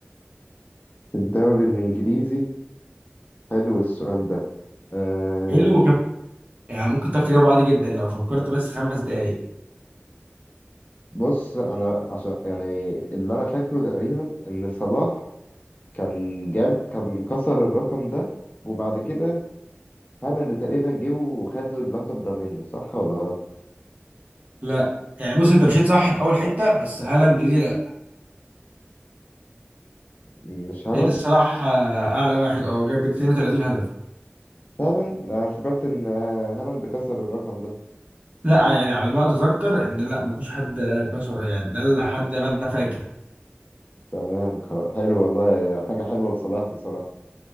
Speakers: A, on the left; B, on the right.
A: في الدوري الإنجليزي حلو السؤال ده آه
B: حلو كم يعني ممكن تعرف تجاوبه عادي جدا لو فكرت بس خمس دقائق
A: بص انا عشان يعني اللي انا فاكره تقريبا ان صلاح كان جاب كان كسر الرقم ده وبعد كده هالاند تقريبا جه وخد اللقب ده منه صح ولا غلط
B: لا يعني بص انت مشيت صح في اول حته بس هالاند دي لا
A: مش هالاند
B: لان الصلاح آه، اعلى واحد اه جاب 32 هدف
A: فعلا انا افتكرت ان هالاند كسر الرقم ده
B: لا يعني على ما اتذكر ان لا مفيش حد كسره يعني ده اللي حد ما انا فاكر
A: تمام خلاص حلو والله حاجة حلوة لصلاح بصراحة